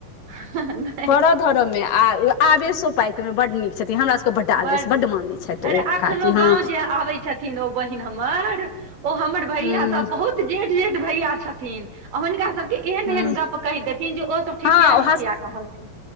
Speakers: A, on the right; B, on the left.
A: ह <inaudible>
B: करय धरय मे आ आवेशो पाइ ओहिमे बड नीक छथिन हमरा सभके बड आवेश
A: बड्ड
B: बड मानैत छथि
A: अरे
B: ओ
A: अखनो
B: काकी
A: गांव
B: हँ
A: जे आबे छथिन ओ बहिन हमर ओ हमर भैया
B: हूँ
A: सब बहुत जेठ जेठ भैया छथिन आ हुनका सबके एहन
B: हूँ
A: एहन गप कह देथिन जे ओ सभ ठिठिया
B: हँ ओ
A: ठिठिया कहलथिन